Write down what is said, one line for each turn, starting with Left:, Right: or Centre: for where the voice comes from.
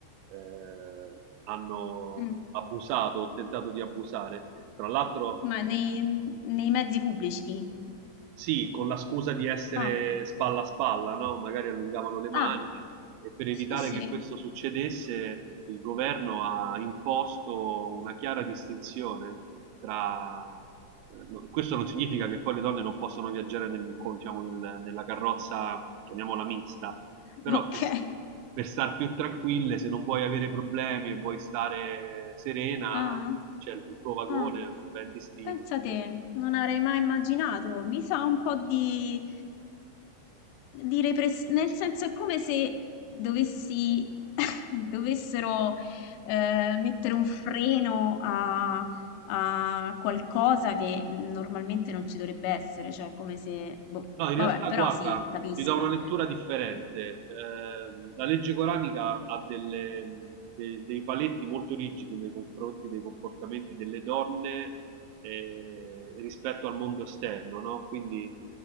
Right: eh, hanno
Left: Mm.
Right: abusato o tentato di abusare. Tra l'altro
Left: ma nei, nei mezzi pubblici.
Right: sì, con la scusa di essere
Left: Ah,
Right: spalla a spalla, no? Magari allungavano le mani
Left: ah,
Right: e per evitare
Left: sì, sì,
Right: che questo succedesse il governo ha imposto una chiara distinzione tra... eh, no- Questo non significa che poi le donne non possono viaggiare nel- con- diciamo, nel- nella carrozza, chiamiamola mista, però
Left: <laughs> ok.
Right: per, per star più tranquille, se non vuoi avere problemi e vuoi stare serena,
Left: Ah,
Right: c'è il tuo vagone
Left: ah.
Right: ben distinto.
Left: Pensa te, non avrei mai immaginato. Mi sa un po' di, di repressione, nel senso è come se dovessi, <laughs> dovessero eh, mettere un freno a, a qualcosa che normalmente non ci dovrebbe essere, cioè come se... Boh,
Right: No, in
Left: vabbè,
Right: realtà,
Left: però
Right: guarda,
Left: sì, capisco.
Right: ti do una lettura differente. Ehm, la legge coranica ha delle- de- dei paletti molto rigidi nei confronti dei comportamenti delle donne eh, rispetto al mondo esterno, no? Quindi